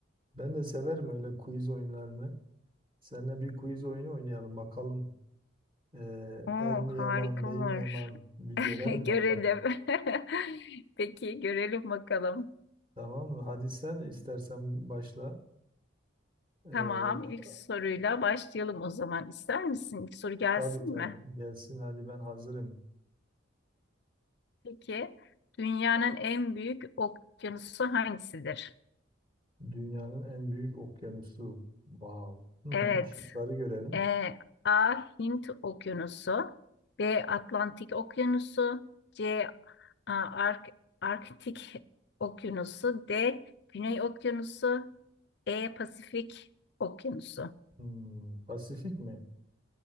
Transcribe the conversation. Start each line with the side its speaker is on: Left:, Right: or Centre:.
Right: Ben de severim öyle quiz oyunlarını. Seninle bir quiz oyunu oynayalım bakalım. Ee,
Left: Oo,
Right: er mi yaman,
Left: harika
Right: bey
Left: olur.
Right: mi yaman bir görelim
Left: <laughs> Görelim.
Right: bakalım.
Left: <laughs> Peki görelim bakalım.
Right: Tamam mı? Hadi sen istersen başla. Ee,
Left: Tamam, ilk soruyla başlayalım o zaman. İster misin? İlk soru gelsin
Right: tabii tabii
Left: mi?
Right: gelsin hadi ben hazırım.
Left: Peki, dünyanın en büyük okyanusu hangisidir?
Right: Dünyanın en büyük okyanusu. Wow. Hmm,
Left: Evet,
Right: şıkları görelim.
Left: e, A. Hint Okyanusu, B. Atlantik Okyanusu, C. A, Ark- Arktik Okyanusu, D. Güney Okyanusu, E. Pasifik Okyanusu.
Right: Hmm, Pasifik mi?